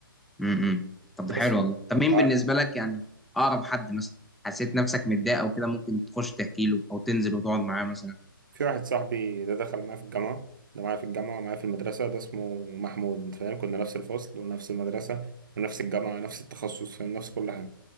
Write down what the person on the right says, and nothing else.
بس
وع-
في واحد صاحبي ده دخل معايا في الجامعة ده معايا في الجامعة ومعايا في المدرسة ده اسمه محمود أنت فاهم كنا نفس الفصل ونفس المدرسة ونفس الجامعة نفس التخصص فاهم نفس كل حاجة